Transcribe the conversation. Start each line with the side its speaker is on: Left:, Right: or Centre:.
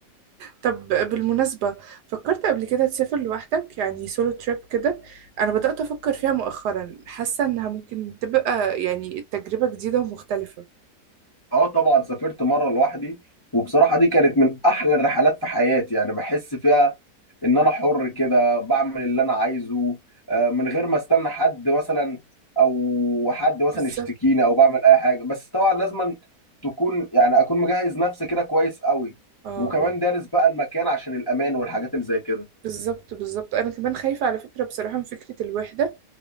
Right: طب بالمناسبة فكرت قبل كده تسافر لوحدك يعني سولو تريب كده أنا بدأت أفكر فيها مؤخرا حاسة إنها ممكن تبقى يعني تجربة جديدة ومختلفة
Left: اه طبعا سافرت مره لوحدي وبصراحه دي كانت من احلى الرحلات في حياتي يعني بحس فيها ان انا حر كده بعمل اللي انا عايزه آه، من غير ما استنى حد مثلا او حد مثلا
Right: بالظبط
Left: يشتكيني او بعمل اي حاجه بس طبعا لازم تكون يعني اكون مجهز نفسي كده كويس قوي
Right: اه
Left: وكمان
Right: اه
Left: دارس بقى المكان عشان الامان والحاجات اللي زي كده
Right: بالظبط بالظبط أنا كمان خايفة على فكرة بصراحة من فكرة الوحدة